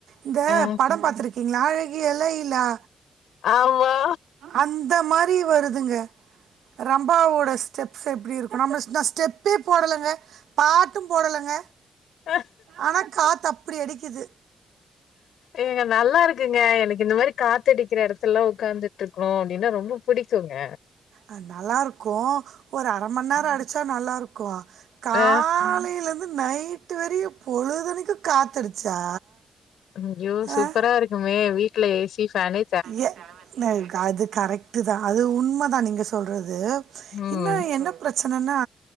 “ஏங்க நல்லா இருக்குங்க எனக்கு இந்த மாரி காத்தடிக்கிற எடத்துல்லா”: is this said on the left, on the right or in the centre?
Left